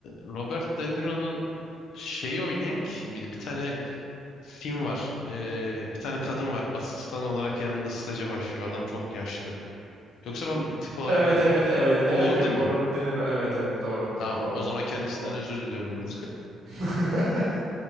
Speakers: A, on the left; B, on the right.
A: Robert De Niro'nun şeyi oynayan kişi miydi? Bir tane film var. Ee, bir tane kadın var. Asistan olarak yanında staja başlıyor. Adam çok yaşlı. Yoksa ben tip olarak
B: Evet,
A: mı?
B: evet, evet, evet.
A: O
B: Yok,
A: değil mi?
B: o Robert De Niro. Evet, evet, doğru,
A: Tamam.
B: doğru.
A: O zaman kendisinden
B: Doğru.
A: özür diliyorum burada.
B: <laughs>